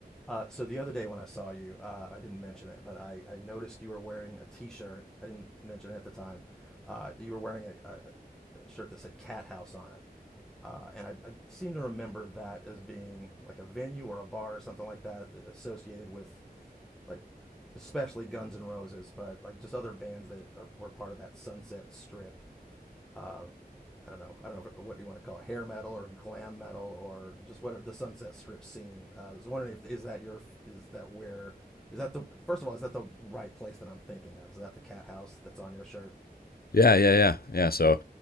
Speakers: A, in the centre; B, on the left (about 70°).
A: Uh, so the other day when I saw you, uh, I didn't mention it, but I, I noticed you were wearing a T-shirt. I didn't mention it at the time. Uh, you were wearing a, a, a shirt that said Cat House on it, uh, and I, I seem to remember that as being like a venue or a bar or something like that associated with like especially Guns N' Roses, but like just other bands that are, were part of that Sunset Strip um, I don't know. I don't know if, what you want to call it, hair metal or glam metal or just what the Sunset Strip scene. Uh, I was wondering if is that your is that where is that the first of all is that the right place that I'm thinking of? Is that the cat house that's on your shirt?
B: Yeah, yeah, yeah, yeah. So